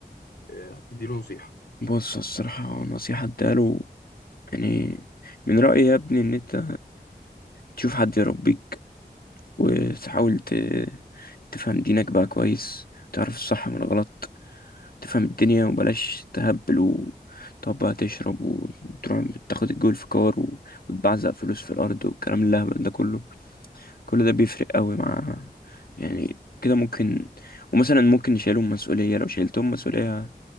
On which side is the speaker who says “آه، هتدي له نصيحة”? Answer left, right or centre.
Left